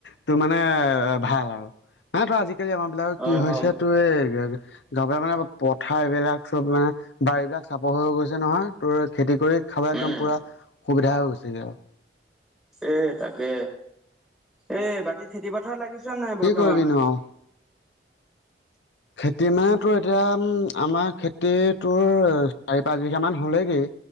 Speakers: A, on the left (about 75°); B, in the centre.
A: তোৰ মানে এ ভাল হয় আৰু। নহলে তোৰ আজিকালি আমাৰ
B: হয়
A: কি হৈছে
B: হয়
A: তোৰ এই <unintelligible> <unintelligible> মানে, পথাৰ এইবিলাক চব মানে, বাৰীবিলাক চাপৰ হৈ গৈছে নহয়। তোৰ খেতি কৰি খালে
B: উম,
A: একদম পূৰা সুবিধা হৈ গৈছেগে আৰু।
B: এই, তাকে! এই, বাকী খেতি পথাৰত লাগিছ নাই, বৰ্তমান?
A: কি কৰিবিনো আৰু খেতি মানে, তোৰ এতিয়া, আমাৰ খেতি তোৰ, চাৰি-পাঁচ বিঘামান হ'লেগেই।